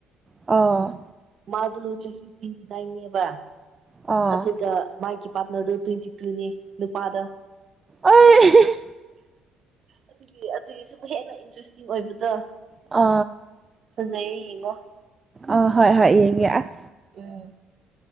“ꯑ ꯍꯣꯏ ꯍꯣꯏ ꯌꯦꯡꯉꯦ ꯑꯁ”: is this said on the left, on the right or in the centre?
Right